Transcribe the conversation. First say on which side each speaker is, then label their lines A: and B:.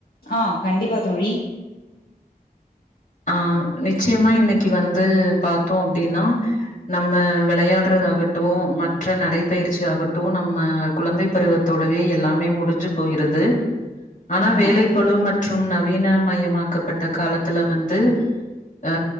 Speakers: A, on the left; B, on the left.
A: ஆ கண்டிப்பா தொழி
B: ஆ நிச்சயமா இன்னைக்கு வந்து பாத்தோ அப்பிடின்னா நம்ம விளையாடுறதா ஆகட்டு மற்ற நடைப்பயிற்சி ஆகட்டு நம்ம குழந்தை பருவத்தோடவே எல்லாமே முடிஞ்சு போயிருது ஆனா
A: ஆமா
B: வேலைப்பழுவு மட் ற்றும் நவீன மயமாக்கப்பட் ட காலத்துல வந் த்து அ